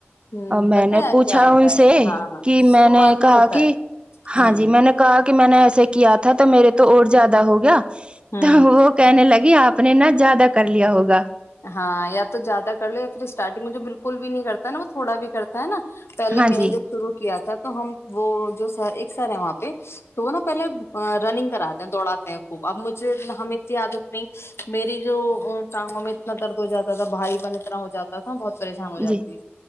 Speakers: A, on the left; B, on the right.
A: ہوں
B: اور میں
A: پتا
B: نے
A: ہے
B: پوچھا
A: کیا ہوتا
B: ان سے
A: ہے ہاں
B: کہ میں
A: شروعات
B: نے کہا
A: میں ہوتا
B: کہ
A: ہے
B: ہاں
A: ہوں
B: جی میں نے کہا کہ میں نے ایسے کیا تھا تو میرے زیاد ہو گیا
A: ہوں
B: تو وہ کہنے لگے آپ نے نہا زیادہ کر لیا ہوگا
A: ہاں یا تو زیادہ کر لو یا پھر اسٹارٹنگ مجے بالکل بھی نہیں کرتا ہے نا وہ تھوڑا بھی کرتا ہے نا پہلے
B: ہاں
A: میں نے
B: جی
A: جب شروع کیا تھا تو ہم وہ جو سر ایک سر ہے وہاں پہ تو وہ نا پہلے رننگ کراتے ہیں دوڑاتے ہیں اب مجھے ہمیں اتنی عادت نہیں میری جو تاگو میں درد ہو جاتا تھا بھائی بن اتنا ہو جاتا تھا بہت پریشان ہو جاتی
B: جی
A: ہیں